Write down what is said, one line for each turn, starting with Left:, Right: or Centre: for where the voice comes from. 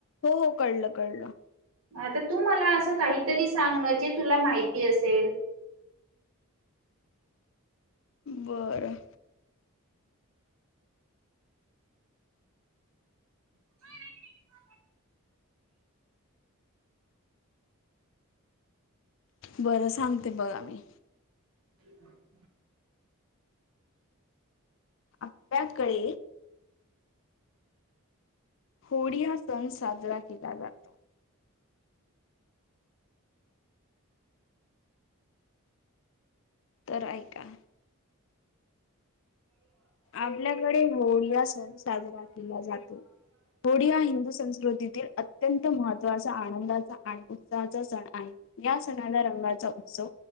Left: हो हो कळलं कळलं
Right: आता तू मला असं काहीतरी सांगण जे तुला माहिती असेल.
Left: बरं.
Right: <unintelligible>
Left: बरं सांगते बघा मी.
Right: ह
Left: आपल्याकडे होळी हा सण साजरा केला जातो. तर ऐका आपल्याकडे होळीया सण साजरा केला जातो. होळी हा हिंदू संस्कृतीतील अत्यंत महत्त्वाचा आनंदाचा आणि उत्साहाचा सण आहे. या सणाला रंगाचा उत्सव